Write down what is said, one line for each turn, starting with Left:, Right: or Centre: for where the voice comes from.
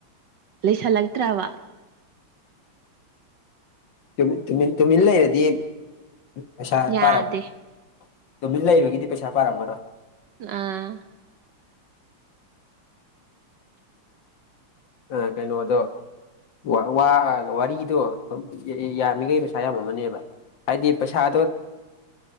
Right: ꯂꯩꯁꯜꯂꯛꯇ꯭ꯔꯥꯕ
Left: ꯇꯨꯃꯤꯠ ꯇꯨꯃꯤꯟ ꯇꯨꯃꯤꯟ ꯂꯩꯔꯗꯤ ꯄꯩꯁꯥ
Right: ꯌꯥꯗꯦ
Left: ꯄꯥꯔꯝꯃꯣꯏ ꯇꯨꯃꯤꯟ ꯂꯩꯕꯒꯤꯗꯤ ꯄꯩꯁꯥ ꯄꯥꯔꯝꯃꯔꯣꯏ
Right: ꯑꯥ
Left: ꯑꯥ ꯀꯩꯅꯣꯗꯣ ꯋꯥ ꯋꯥ ꯋꯥꯔꯤꯗꯣ ꯌꯥ ꯌꯥꯝꯃꯤꯒꯩ ꯄꯩꯁꯥ ꯌꯥꯝꯃꯝꯃꯅꯦꯕ ꯍꯥꯏꯗꯤ ꯄꯩꯁꯥꯗꯣꯠ